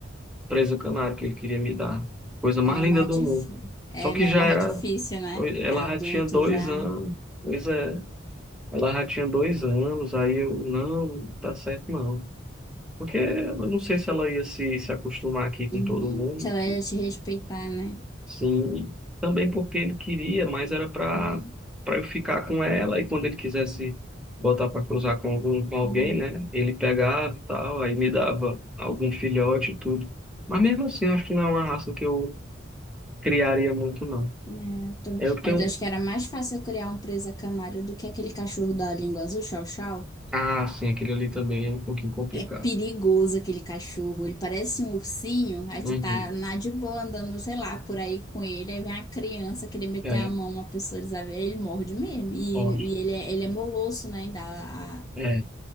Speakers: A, in the centre; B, on the left.
A: presa canário que ele queria me dar. Coisa
B: É
A: mais linda
B: mais,
A: do
B: dif...
A: mundo.
B: é
A: Só que
B: mais
A: já
B: mais
A: era.
B: difícil, né?
A: Ela
B: Adulto
A: já tinha dois
B: já.
A: anos. Pois é. Ela já tinha dois anos. Aí eu, não, não tá certo não. Porque eu não sei se ela ia se, se acostumar aqui com
B: Uhum.
A: todo mundo.
B: Se ela ia te respeitar, né?
A: Sim. Também porque ele queria, mas era pra,
B: Aham.
A: pra eu ficar com ela. E quando ele quisesse botar pra cruzar com algum, com alguém,
B: Uhum.
A: né? Ele pegava e tal. Aí me dava algum filhote e tudo. Mas mesmo assim, eu acho que não é uma raça que eu criaria muito, não.
B: É, eu também.
A: É, Eu tenho.
B: Mas eu acho que era mais fácil eu criar um presa canário do que aquele cachorro da língua azul, chau chau.
A: Ah, sim, aquele ali também é um pouquinho complicado.
B: É perigoso aquele cachorro. Ele parece um ursinho. Aí
A: Uhum.
B: tu tá na de boa andando, sei lá, por aí com ele. Aí vem a criança querer meter
A: É,
B: a mão, uma pessoa desabia, ele morde mesmo. E,
A: ó,
B: e ele é, ele é molosso, né? Ainda a, a
A: é,